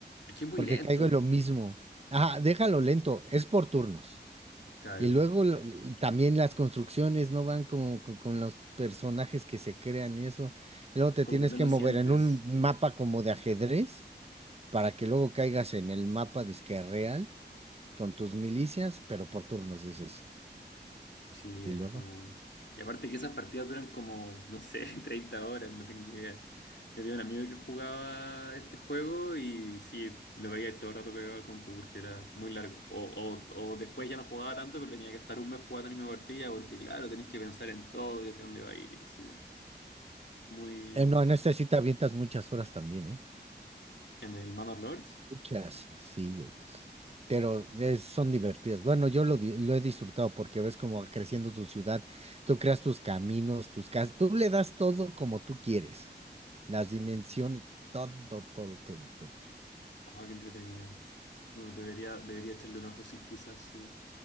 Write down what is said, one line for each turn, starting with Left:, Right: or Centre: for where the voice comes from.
Left: Es que es muy
Right: Porque
Left: lento,
Right: caigo en lo mismo. Ajá, déjalo lento, es por turnos.
Left: claro.
Right: Y luego lo- l- también las construcciones no van como con, con los personajes que se crean y eso. Y luego te
Left: Como
Right: tienes
Left: que no
Right: que
Left: lo
Right: mover
Left: sientes.
Right: en un mapa como de ajedrez para que luego caigas en el mapa disque real con tus milicias, pero por turnos dices.
Left: Sí,
Right: ¿Y
Left: es
Right: luego?
Left: como... Y aparte que esas partidas duran como, no sé, <laughs> 30 horas, no tengo idea. Yo tenía un amigo que jugaba este juego y sí, lo veía todo el rato pegado al compu porque era muy largo. O, o, o después ya no jugaba tanto, pero tenía que estar un mes jugando la misma partida porque, claro, tenés que pensar en todo y hacia dónde va a ir y qué sé yo. Muy...
Right: Eh, no, en esta sí te avientas muchas horas también, ¿eh?
Left: En el Manor Lords.
Right: Muchas, sí, güey. Pero es- son divertidas. Bueno, yo lo, di- lo he disfrutado porque ves como va creciendo tu ciudad, tú creas tus caminos, tus casas, tú le das todo como tú quieres. Las dimensiones, todo, todo, todo, todo.
Left: Ah, qué entretenido. No, debería, debería echarle un ojo si quizás sí,